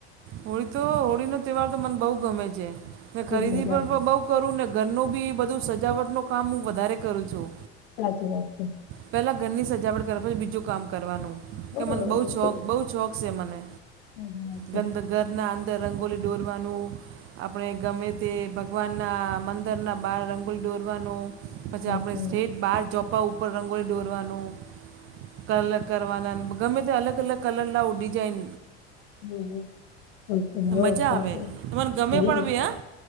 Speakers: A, on the right (about 40°); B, on the left (about 70°).
A: હોળી તો હોળીનો તહેવાર તો મને બઉ ગમે છે. ને
B: બહુ
A: ખરીદી
B: જ મજા
A: પર
B: આવે છે.
A: પર બહુ કરું ને. ઘરનું બી બધું સજાવટનું કામ હું વધારે કરું છું.
B: સાચી વાત છે.
A: પહેલા ઘરની સજાવટ કરવા પછી બીજું કામ કરવાનું.
B: હા
A: કે મને બહુ
B: એ
A: શોખ
B: તો
A: બહુ છોખ છે મને.
B: સાચી વાત છે,
A: ગંદ ઘરના અંદર રંગોલી ડોરવાનું. આપણે ગમે તે ભગવાનના મંદરના બાર રંગોલી દોરવાનો. પછી
B: સાચી
A: આપણે
B: વાત.
A: સેટ બાર જોપા ઉપર રંગોળી દોરવાનું. કલર કરવાના ને ગમે તે અલગ અલગ કલર લાઓ ડિજાઇન
B: હમ હમ બિલકુલ હા
A: મજા
B: સાચી
A: આવે મને ગમે
B: વાત હમ.
A: પણ બી હા